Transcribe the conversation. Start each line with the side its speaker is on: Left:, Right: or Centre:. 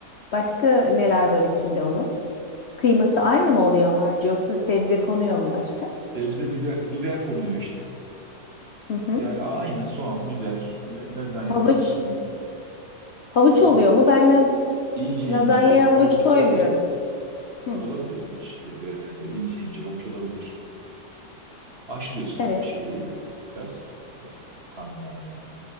Left: Başka neler var içinde onun? Kıyması aynı mı oluyor harcı yoksa sebze konuyor mu başka?
Right: Sebze biber, biber konuyor işte.
Left: Hı hı.
Right: Yani aynı soğan, biber, la- lazanyada
Left: Havuç.
Right: yaptığın gibi.
Left: Havuç
Right: E,
Left: oluyor
Right: ha,
Left: mu? Ben laz
Right: ince
Left: lazanyaya
Right: ince hav- havuç
Left: havuç koymuyorum.
Right: olabilir.
Left: Hı.
Right: Olabilir şeyde gratende ince ince havuç olabilir. Haşlıyorsun
Left: Evet.
Right: şeyi biraz. e, karnabaharları.